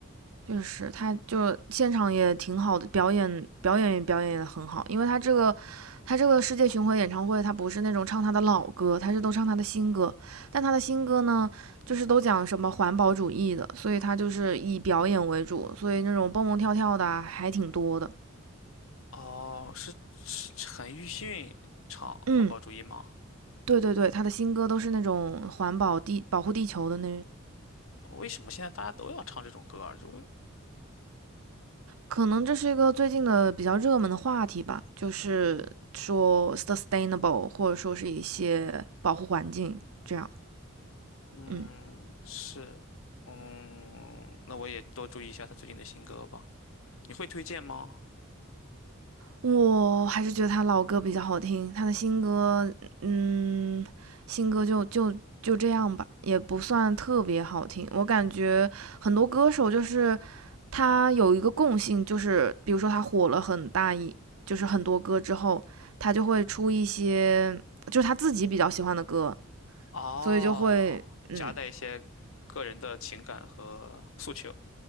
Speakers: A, on the right; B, on the left.
A: 确实，他就现场也挺好的，表演表演也表演也很好，因为他这个他这个世界巡回演唱会，他不是那种唱他的老歌，他是都唱他的新歌，但他的新歌呢，就是都讲什么环保主义的，所以他就是以表演为主，所以那种蹦蹦跳跳的啊还挺多的。
B: 哦，是是陈奕迅唱《环保主义》吗？
A: 嗯，对对对，他的新歌都是那种环保地保护地球的那
B: 为什么现在大家都要唱这种歌儿？就
A: 可能这是一个最近的比较热门的话题吧，就是说 sustainable，或者说是一些保护环境这样。
B: 嗯是，
A: 嗯，
B: 嗯，那我也多注意一下他最近的新歌吧。你会推荐吗？
A: 我还是觉得他老歌比较好听，他的新歌，嗯，新歌就就就这样吧，也不算特别好听。我感觉很多歌手就是他有一个共性，就是比如说他火了很大一，就是很多歌之后，他就会出一些就是他自己比较喜欢的歌，
B: 哦，
A: 所以就会嗯，
B: 夹带一些个人的情感和诉求。